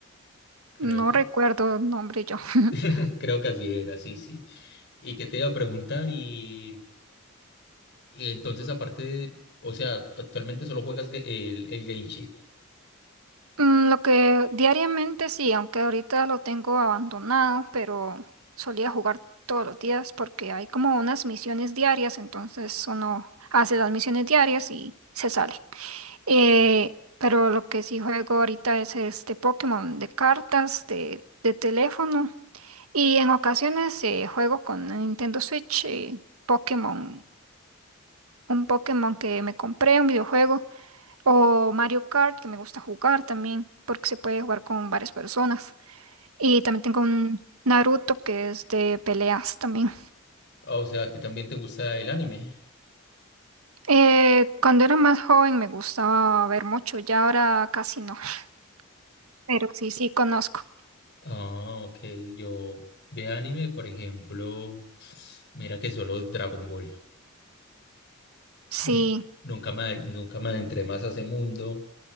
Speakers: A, on the left; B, on the right.
A: creo
B: No
A: que,
B: recuerdo el nombre yo. <laughs>
A: <laughs> creo que así era, sí, sí. Y que te iba a preguntar y, y entonces aparte, de- o sea, actualmente solo juegas ge- el, el Game Sheet.
B: Mm, Lo que diariamente sí, aunque ahorita lo tengo abandonado, pero solía jugar todos los días porque hay como unas misiones diarias, entonces uno hace las misiones diarias y se sale. Eh, pero lo que sí juego ahorita es este Pokémon de cartas, de, de teléfono y en ocasiones eh, juego con Nintendo Switch, eh, Pokémon, un Pokémon que me compré, un videojuego. O Mario Kart, que me gusta jugar también, porque se puede jugar con varias personas. Y también tengo un Naruto, que es de peleas también.
A: Ah, O sea, ¿a ti también te gusta el anime?
B: Eh, cuando era más joven me gustaba ver mucho, ya ahora casi no, <laughs> pero sí, sí conozco.
A: Ah, ok. Yo de anime, por ejemplo, mira que solo Dragon Ball.
B: Sí,
A: Nu- nunca me, nunca me adentré más a ese mundo,